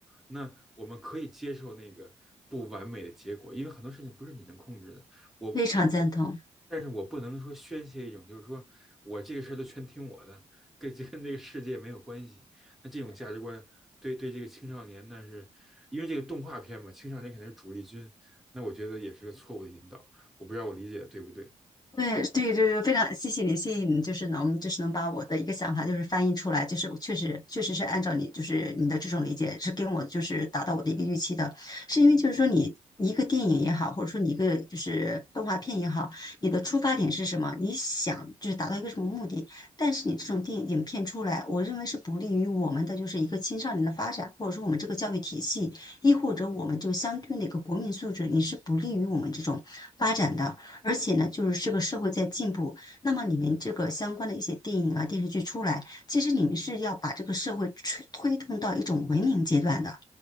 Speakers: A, in the centre; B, on the left.
A: 那我们可以接受那个不完美的结果，因为很多事情不是你能控制的。我，
B: 非常赞同。
A: 但是我不能说宣泄一种，就是说我这个事儿都全听我的，跟跟这个世界没有关系。那这种价值观对对这个青少年，那是因为这个动画片嘛，青少年肯定是主力军。那我觉得也是个错误的引导，我不知道我理解的对不对。
B: 对对，就是非常谢谢你，谢谢你，就是能就是能把我的一个想法就是翻译出来，就是我确实确实是按照你就是你的这种理解是跟我就是达到我的一个预期的，是因为就是说你你一个电影也好，或者说你一个就是动画片也好，你的出发点是什么？你想就是达到一个什么目的？但是你这种电影影片出来，我认为是不利于我们的就是一个青少年的发展，或者说我们这个教育体系，亦或者我们就相对应的一个国民素质，你是不利于我们这种发展的。而且呢，就是这个社会在进步，那么你们这个相关的一些电影啊、电视剧出来，其实你们是要把这个社会推推动到一种文明阶段的，